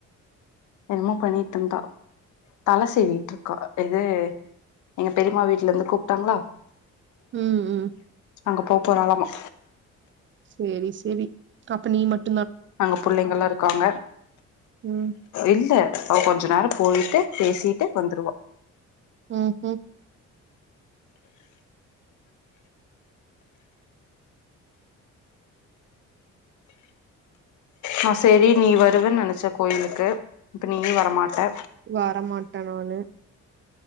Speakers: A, on the left; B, on the right.
A: என்னமோ பண்ணிட்டு இருந்தா தலை சீவிட்டு இருக்கா இது எங்க பெரிம்மா வீட்ல இருந்து கூப்ட்டாங்களா
B: ம் ம்
A: அங்க போ போறாலமா
B: செரி செரி அப்ப நீ மட்
A: அங்க புள்ளைங்கல்லா இருக்காங்க
B: ம்
A: இல்ல அவ கொஞ்ச நேர போயிட்டு பேசிட்டு வந்துருவா
B: ம் ஹூ
A: நா செரி நீ வருவன் நெனச்ச கோயிலுக்கு இப்ப நீயு வரமாட்டே
B: வரமாட்ட நானு